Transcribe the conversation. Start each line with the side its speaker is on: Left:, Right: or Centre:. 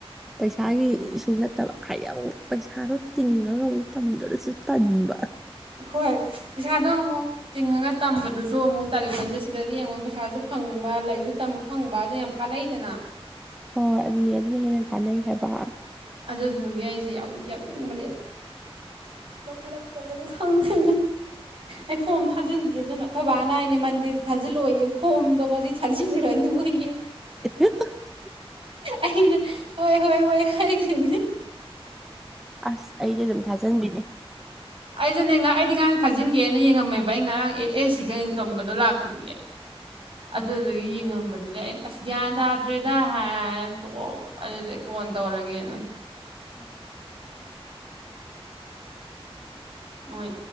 Centre: ꯄꯩꯁꯥꯒꯤꯁꯨ ꯅꯠꯇꯕ ꯍꯥꯏꯗꯤ ꯑꯃꯨꯛ ꯄꯩꯁꯥꯗꯣ ꯇꯤꯡꯉꯒ ꯇꯝꯗꫭꯔꯁꯨ ꯇꯟꯕ
Right: ꯍꯣꯏ ꯄꯩꯁꯥꯗꯣ ꯑꯃꯨꯛ ꯇꯤꯡꯉꯒ ꯇꯝꯕꯗꯨꯁꯨ ꯑꯃꯨꯛ ꯇꯜꯂꯤ <inaudible> ꯁꯤꯗꯗꯤ ꯌꯦꯡꯉꫭꯅ ꯄꯩꯁꯥꯁꯨ ꯐꯪ ꯐꯪꯕ ꯂꯥꯏꯔꯤꯛꯁꯨ ꯇꯝꯕ ꯐꯪꯕ ꯑꯗꯨꯅ ꯌꯥꯝ ꯀꯥꯟꯅꯩꯗꯅ
Centre: ꯍꯣꯏ ꯑꯗꯨꯅꯦ ꯑꯗꯨꯅ ꯍꯦꯟꯅ ꯀꯥꯟꯅꯩ ꯍꯥꯏꯕ
Right: ꯑꯗꯨꯗꯨꯒꯤ ꯑꯩꯁꯦ ꯌꯥꯎꯅꯤꯡꯕꯅꯦꯕ ꯌꯣꯛꯈꯠꯂꯛꯇ꯭ꯔꯒꯗꯤ ꯈꯪꯗꯦ ꯑꯩ ꯐꯣꯝ ꯊꯥꯖꯤꯟꯈꯤꯦ ꯑꯗꯨꯅ ꯑꯩꯈꯣꯏ ꯕꯥꯅꯏꯅꯦ ꯃꯟꯗꯤꯦꯗ ꯊ ꯊꯖꯤꯜꯂꯣꯏꯌꯦ ꯐꯣꯝꯗꯣꯒꯁꯤ ꯊꯥꯖꯤꯜꯂꯨꯔ ꯑꯗꯨ ꯑꯣꯏꯏꯌꯦ
Centre: <unintelligible>
Right: ꯑꯩꯅ ꯍꯣꯏ ꯍꯣꯏ ꯍꯣꯏ ꯍꯥꯏꯈꯤꯕꯈꯤꯕꯅꯦ
Centre: ꯑꯁ ꯑꯩꯗꯤ ꯑꯗꯨꯝ ꯊꯥꯖꯟꯕꯤꯅꯦ
Right: ꯑꯩꯁꯨꯅꯦ ꯑꯩꯗꯤ ꯉꯔꯥꯡ ꯊꯥꯖꯤꯟꯒꯦꯅ ꯌꯦꯡꯉꯝꯃꯦꯕ ꯑꯩ ꯉꯔꯥꯡ ꯑꯦ ꯑꯦꯁ ꯁꯤꯒ ꯏꯟꯀꯝꯒꯗꯣ ꯂꯥꯛꯄꯒꯤ ꯑꯗꯨꯗꯒꯤ
Centre: ꯎꯝ
Right: ꯌꯦꯡꯉꯝꯕꯗ ꯑꯗꯨꯗꯤ ꯑꯩꯅ ꯑꯁ ꯒ꯭ꯌꯥꯟ ꯇꯥꯗ꯭ꯔꯦꯗ ꯍꯥꯏꯅ ꯇꯣꯛꯕ ꯑꯗꯨꯗꯤꯩ ꯀꯣꯟ ꯇꯧꯔꯒꯦꯅ
Centre: ꯑꯣꯝ
Right: ꯍꯣꯏ